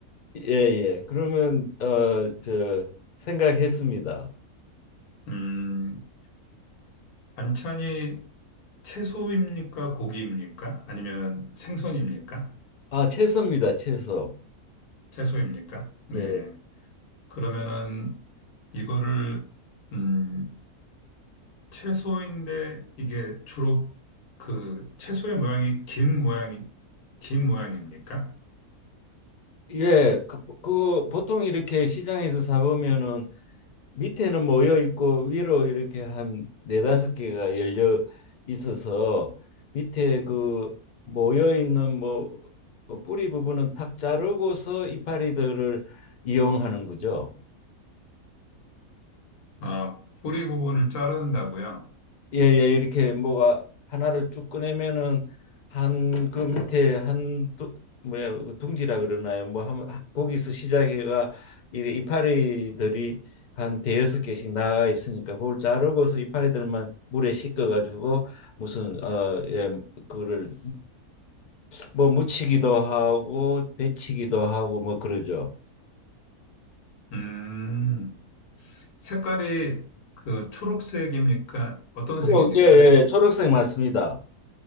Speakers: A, on the left; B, on the left.
A: 예예. 그러면 어 저 생각했습니다.
B: 음, 반찬이 채소입니까? 고기입니까? 아니면은 생선입니까?
A: 아 채소입니다. 채소.
B: 채소입니까? 네.
A: 예.
B: 그러면은 이거를 음, 채소인데 이게 주로 그 채소의 모양이 긴 모양이 긴 모양입니까?
A: 예. 그, 그 보통 이렇게 시장에서 사 보면은 밑에는 모여 있고 위로 이렇게 한 네다섯 개가 열려 있어서 밑에 그 모여 있는 뭐그 뿌리 부분은 탁 자르고서 이파리들을 이용하는 거죠.
B: 아, 뿌리 부분을 자른다고요?
A: 예예 이렇게 뭐가 하나를 쭉 꺼내면은 한 그 밑에 한 두, 뭐야 그 둥지라 그러나요? 뭐 한, 거기서 시작해가 이래 이파리들이 한 대여섯 개씩 나가 있으니까 그걸 자르고서 이파리들만 물에 씻겨 가지고 무슨 어예 그거를 무뭐 묻히기도 하고 데치기도 하고 뭐 그러죠.
B: 음, 색깔이 그 초록색입니까? 어떤
A: 초록,
B: 색입니까?
A: 예, 예, 초록색 맞습니다.